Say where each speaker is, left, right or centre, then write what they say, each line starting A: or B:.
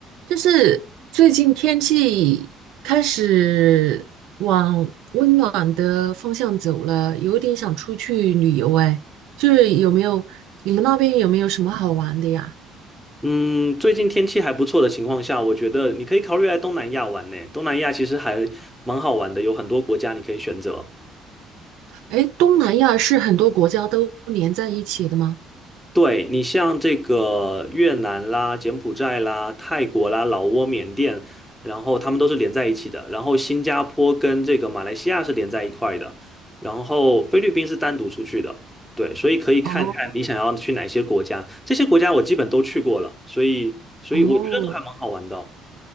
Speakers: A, on the right; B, in the centre.
A: 就是最近天气开始往温暖的方向走了，有点想出去旅游哎。就是有没有你们那边有没有什么好玩的呀？
B: 嗯，最近天气还不错的情况下，我觉得你可以考虑来东南亚玩呢。东南亚其实还蛮好玩的，有很多国家你可以选择。
A: 哎，东南亚是很多国家都连在一起的吗？
B: 对，你像这个越南啦、柬埔寨啦、泰国啦、老挝、缅甸，然后他们都是连在一起的。然后新加坡跟这个马来西亚是连在一块的，然后菲律宾是单独出去的。对，所以可以看看你想要去哪些国家。
A: 哦
B: 这些国家我基本都去过了，所以所以我觉得都还蛮好玩的哦。
A: 哦